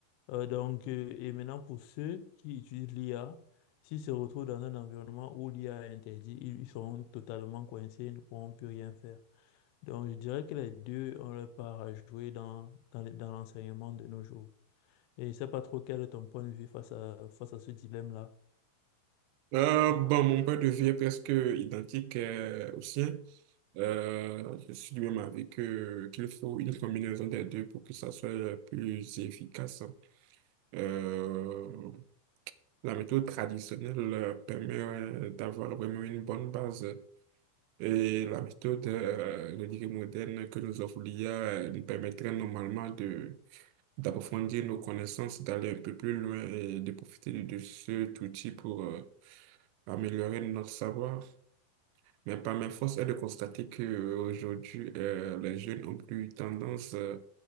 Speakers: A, on the left; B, on the right.
A: Euh, donc, euh, et maintenant, pour ceux qui utilisent l'IA, s'ils se retrouvent dans un environnement où l'IA est interdite, ils ils seront totalement coincés, ils ne pourront plus rien faire. Donc, je dirais que les deux ont leur part à jouer dans, dans, les- dans l'enseignement de nos jours. Et je ne sais pas trop quel est ton point de vue face à, face à ce dilemme-là.
B: Euh, bon, mon point de vue est presque identique euh, au sien. Euh, je suis du même avis que qu'il faut une combinaison des deux pour que ça soit le plus efficace. Euh, la méthode traditionnelle euh, permet euh, d'avoir vraiment une bonne base et la méthode euh, je dirais moderne que nous offre l'IA euh, nous permettrait normalement de d'approfondir nos connaissances, d'aller un peu plus loin et de profiter de, de cet outil pour euh, améliorer notre savoir. Mais par mes forces est de constater qu'aujourd'hui, les jeunes ont plus tendance euh,